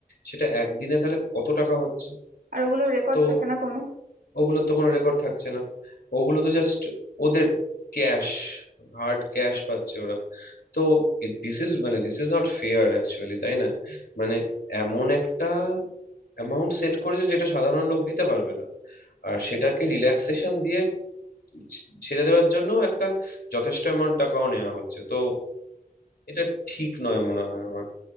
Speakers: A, on the left (about 80°); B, on the right (about 70°).
A: সেটা একদিনে তাহলে কত টাকা হচ্ছে
B: আর ওগুলো রেকর্ড
A: তো
B: থাকে না কোনো
A: ওগুলোর তো কোনো রেকর্ড থাকছে না ওগুলো তো জাস্ট ওদের ক্যাশ হার্ড ক্যাশ পাচ্ছে ওরা তো দিস ইজ মানে this is not fair actually তাই না মানে এমন একটা অ্যামাউন্ট সেট করেছে যেটা সাধারণ লোক দিতে পারবে না আর সেটাকে রিল্যাক্সেশন দিয়ে ছ- ছেড়ে দেওয়ার জন্য একটা যথেষ্ট অ্যামাউন্ট টাকাও নেওয়া হচ্ছে তো এটা ঠিক নয় মনে হয় আমার